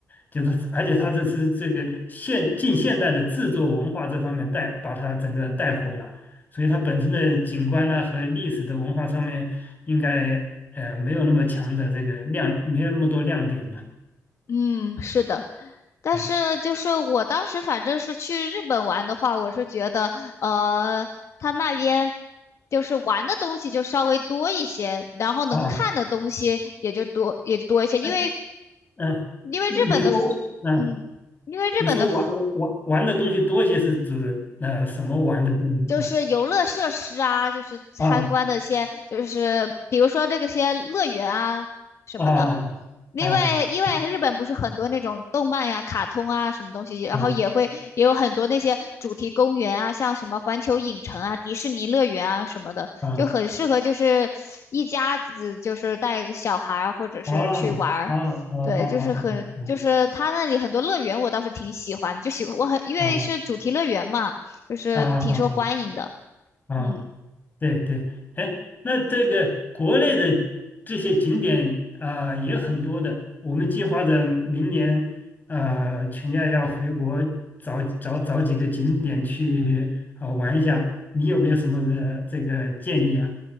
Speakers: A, on the left (about 35°); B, on the left (about 60°).
A: 就是而且它这是这个现近现代的制作文化这方面带把它整个带火了，所以它本身的景观呢和历史的文化上面应该呃没有那么强的这个亮，没有那么多亮点了。
B: 嗯，是的，但是就是我当时反正是去日本玩的话，
A: 嗯
B: 我是觉得呃，他那边就是玩的东西就稍微多一些，然后能看的东西也就多也就多一些，
A: 啊，
B: 因为
A: 哎嗯，
B: 因为日本的
A: 你说，
B: f-
A: 嗯。
B: 嗯，因为日本的
A: 你说玩玩玩的东西多些是指呃什么玩的东西
B: f- 就是游乐设施啊，就是参观的一些就是比如说这个些乐园啊什么的。
A: 啊啊啊啊
B: 因为因为日本不是很多那种动漫呀、卡通啊什么东西，然后也会也有很多那些主题公园啊，
A: 啊
B: 像什么环球影城啊、迪士尼乐园啊什么的，
A: 啊啊
B: 就很适合就是一家子就是带个小孩儿或者是去玩儿。
A: 啊啊啊
B: 对，就是很就是他那里很多乐园我倒是挺喜欢，就喜欢我很因为是主题乐园嘛，
A: 啊啊
B: 就是挺受欢迎的。
A: 啊啊！啊啊
B: 嗯。
A: 对对，哎，那这个国内的这些景点啊、也很多的，我们计划着明年啊全家要回国找找找几个景点去啊、玩一下，你有没有什么呃这个建议啊？